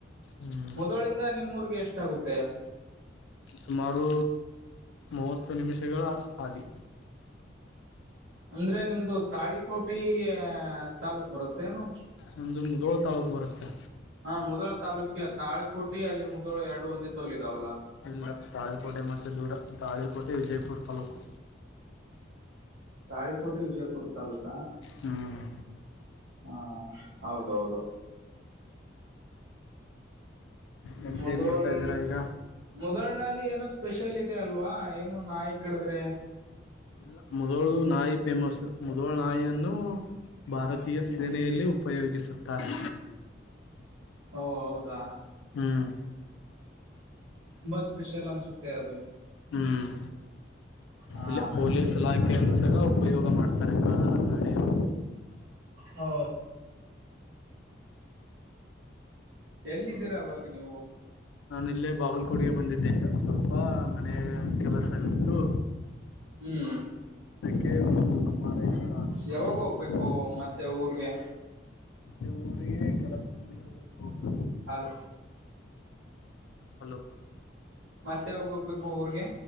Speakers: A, on the left (about 85°); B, on the right (about 90°).
A: ಹ್ಮ್
B: ಮುದೋಳಿಂದ ನಿಮ್ಮೂರ್ಗೆ ಎಷ್ಟಾಗುತ್ತೆ.
A: ಸುಮಾರು ಮೂವತ್ತು ನಿಮಿಷಗಳ ಆಗಿ.
B: ಅಂದ್ರೆ ನಿಮ್ದು ತಾಳಿಕೋಟಿ ತಾಲೂಕ್ ಬರುತ್ತೇನು.
A: ನಮ್ದು ಮುದೋಳ್ ತಾಲೂಕ್ ಬರುತ್ತೆ.
B: ನ ಮುದೋಳ ತಾಲೂಕ ತಾಳಿಕೋಟಿ ಅಲ್ಲಿ ಮುದೋಳ ಎರಡು ಒಂದ ತೋಲ್ ಇದಾವಲ್ಲಾ.
A: ಇಲ್ಲ ತಾಳುಕೋಟೆ ಮತ್ತೆ ದೂರ. ತಾಳಿಕೋಟೆ ವಿಜಯಪುರ್ ತಾಲೂಕು.
B: ತಾಳಿಕೋಟೆ ವಿಜಯಪುರ್ ತಾಲೂಕ
A: ಹ್ಮ್
B: ಹಾ ಹೌದೌದು.
A: ಮತ್ತೆ
B: ಮುದೋಳ್
A: ಏನ್ ಮಾಡ್ತಾ ಇದ್ದೀರಾ ಈಗ
B: ಮುದೋಳ್ನಲ್ಲಿ ಏನ. ಸ್ಪೆಷಲ್ ಇದೆ ಅಲ್ವಾ ಏನು ನಾಯಿ ಕಡದ್ರೆ.
A: ಇಲ್ಲ ಮುದೋಳ ನಾಯಿ ಫೇಮಸ್ ಮುದೋಳ ನಾಯಿಯನ್ನು. ಭಾರತೀಯ
B: ಹ್ಮ್
A: ಸೇನೆಯಲ್ಲಿ ಉಪಯೋಗಿಸುತ್ತಾರೆ.
B: ಓ ಹೌದಾ.
A: ಹ್ಮ್.
B: ತುಂಬಾ ಸ್ಪೆಷಲ್ ಅನ್ಸುತ್ತೆ ಅದು.
A: ಹ್ಮ್
B: ಹಾ
A: ಇಲ್ಲ ಪೊಲೀಸ್ ಇಲಾಖೆ. ದ ಸಹ ಉಪಯೋಗ ಮಾಡ್ತಾರೆ ಕಾಳ ನಡಿರು.
B: ಹಾ. ಎಲ್ಲಿದ್ದೀರಾ ಅವಾಗ ನೀವು.
A: ನಾನ ಇಲ್ಲೇ ಬಾಗಲಕೋಟೆಗೆ ಬಂದಿದ್ದೆ ಈಗ ಸ್ವಲ್ಪ ಮನೆಯ ಕೆಲಸ ಆಗತ್ತು.
B: ಹ್ಮ್
A: <unintelligible> ಆಸ್ಪತ್ರೆಗೆ
B: ಯಾವಾಗ
A: ಬಂದಿದ್ದೆ
B: ಹೋಗ್ಬೇಕು ಮತ್ತೆ ಊರ್ಗೆ.
A: ಅ ಊರಿಗೆ ಕೆಲಸ ಮುಗಿದ ಬಳಿಕ ಹೋಗ್ಬೇಕು.
B: ಹಲೋ.
A: ಹಲೋ.
B: ಮತ್ತ ಯಾವಾಗ ಹೋಗ್ಬೇಕು ಊರ್ಗೆ?.